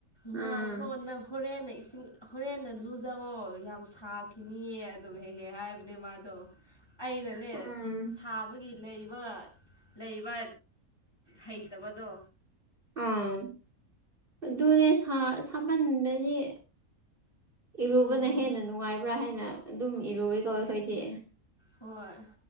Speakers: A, on the right; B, on the left.
A: ꯎꯝ
B: ꯉꯥꯏꯈꯣ ꯅꯪ ꯍꯣꯔꯦꯟꯅ ꯏꯁꯤꯡ ꯍꯣꯔꯦꯟꯅ ꯂꯨꯖꯋꯣ ꯌꯥꯝ ꯁꯥꯈꯤꯅꯤꯌꯦ ꯑꯗꯨꯝ ꯍꯦꯛꯍꯦ ꯍꯥꯏꯕ ꯅꯦꯃꯥꯗꯣ ꯑꯩꯅꯅꯦ
A: ꯎꯝ
B: ꯁꯥꯕꯒꯤ ꯂꯩꯕ ꯂꯩꯕ ꯍꯩꯇꯕꯗꯣ
A: ꯑꯥ ꯑꯗꯨꯅꯦ ꯁꯥꯃꯟꯗꯗꯤ ꯏꯔꯨꯕꯅ
B: ꯎꯝ
A: ꯍꯦꯟꯅ ꯅꯨꯡꯉꯥꯏꯕ꯭ꯔꯥ ꯍꯥꯏꯅ ꯑꯗꯨꯝ ꯏꯔꯨꯏ ꯀꯧꯏ ꯑꯩꯈꯣꯏꯗꯤ
B: ꯍꯣꯏ